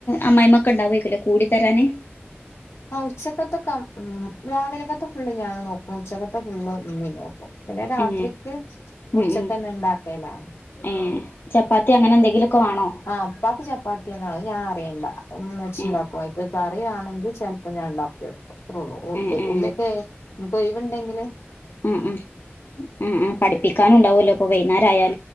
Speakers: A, on the left; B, on the left.
A: അമ്മായി്മക്ക ഉണ്ടാവേക്കല്ലേ കൂടി തരാന്
B: ആ ഉച്ചക്കത്തൊക്കെ ഉ രാവിലക്കത്ത ഫുള് ഞാണ് നോക്ക ഉച്ചക്കത്തെ ഫുള്ള് ഉമ്മി നോക്കും പിന്നെ രാത്രിക്ക്
A: ഏ ഉം
B: ഉച്ചക്കന്നെ
A: ഉം
B: ഉണ്ടാക്കലാ
A: ഏ ചപ്പാത്തി അങ്ങനെ എന്തെങ്കിലുമൊക്കെ വേണോ
B: ആഹ പത്തിച്ചാ പാട്ടിയ ഞാ ണ്ട എന്ന് വെച്ചിുണ്ടാക്കും
A: ഏ
B: ഇപ്പ കറി ആണെങ്കിൽ ചെിലപ്പോ ഞാൻ ഉണ്ടാക്കി വക്കും അത്രേള്ളൂ
A: ഏ ഏ
B: ഉള്ളൊക്കെക്ക് ഒൈവുണ്ടെങ്കിൽ
A: ആ ഉ ആ ആ പഠിപ്പിക്കാനുണ്ടാവല്ലോ ഇപ്പൊ വൈകുന്നേരം ആായാലും